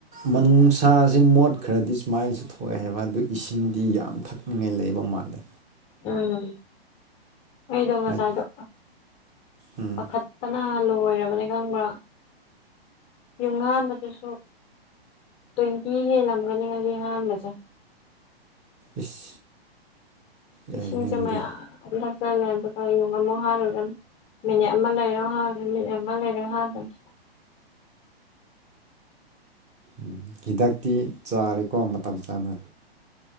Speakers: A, on the right; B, on the left.
A: ꯃꯅꯨꯡꯁꯥꯖꯦ ꯃꯣꯠꯈ꯭ꯔꯗꯤ ꯁꯨꯃꯥꯏ ꯊꯣꯛꯑꯦ ꯍꯥꯏꯕ ꯑꯗꯨ ꯏꯁꯤꯡꯗꯤ ꯌꯥꯝ ꯊꯛꯅꯤꯡꯉꯥꯏ ꯂꯩꯕ ꯃꯥꯜꯂꯦ
B: ꯎꯝ ꯑꯩꯗꯣ ꯉꯁꯥꯏꯗꯣ
A: ꯅꯠ ꯎꯝ
B: ꯄꯥꯈꯠ ꯄꯅꯥ ꯂꯣꯏꯔꯕꯅꯦ ꯈꯪꯕ꯭ꯔꯥ <unintelligible> ꯍꯥꯟꯕꯗꯨꯁꯨ ꯇ꯭ꯋꯦꯟꯇꯤ ꯍꯦꯜꯂꯝꯒꯅꯤ ꯉꯁꯤ ꯍꯥꯟꯕꯁꯦ
A: ꯏꯁ ꯌꯥꯏꯅꯦ
B: ꯏꯁꯤꯡꯁꯦ
A: ꯑꯗꯨꯗꯤ
B: ꯃꯌꯥꯝ ꯊꯛꯆꯜꯂꯦ ꯑꯗꯨꯒ <unintelligible> ꯑꯃꯨꯛ <unintelligible> ꯃꯤꯅꯤꯠ ꯑꯃ ꯂꯩꯔꯣ ꯍꯥꯟꯒꯅꯤ ꯃꯤꯅꯤꯠ ꯑꯃ ꯂꯩꯔꯥ ꯍꯥꯟꯕꯅꯤ
A: ꯎꯝ ꯍꯤꯗꯥꯛꯇꯤ ꯆꯥꯔꯦꯀꯣ ꯃꯇꯝ ꯆꯥꯅ